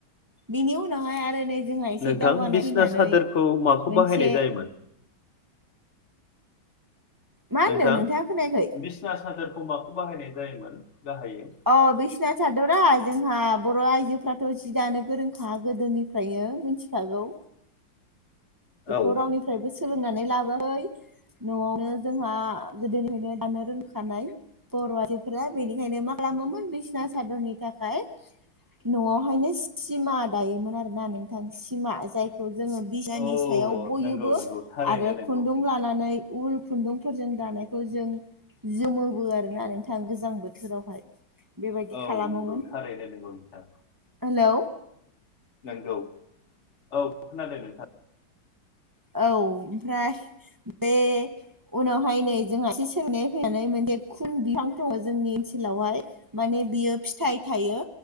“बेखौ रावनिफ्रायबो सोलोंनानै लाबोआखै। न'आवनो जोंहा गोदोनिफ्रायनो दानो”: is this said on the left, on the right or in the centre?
Right